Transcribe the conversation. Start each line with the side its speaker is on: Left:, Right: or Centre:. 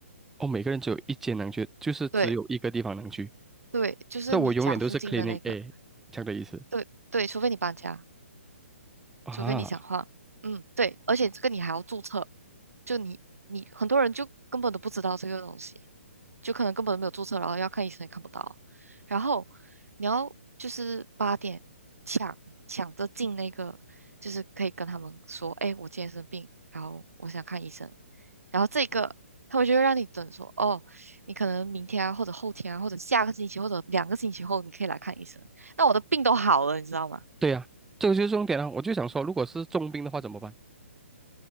Centre: 哦，每个人只有一间能去，就是只有一个地方能去。
Right: 对对，就是你家附近的那个，
Centre: 这我永远都是 c l e a n i n g A 这样的意思
Right: 对对，除非你搬家。
Centre: 啊。
Right: 除非你想换。嗯，对，而且这个你还要注册，就你你很多人就根本都不知道这个东西，就可能根本都没有注册，然后要看医生也看不到，然后你要就是八点抢抢着进那个，就是可以跟他们说，哎，我今天生病，然后我想看医生，然后这个他们就会让你等说，哦，你可能明天啊，或者后天啊，或者下个星期，或者两个星期后，你可以来看医生。那我的病都好了，你知道吗？
Centre: 对呀、这个就是重点啊。我就想说，如果是重病的话怎么办？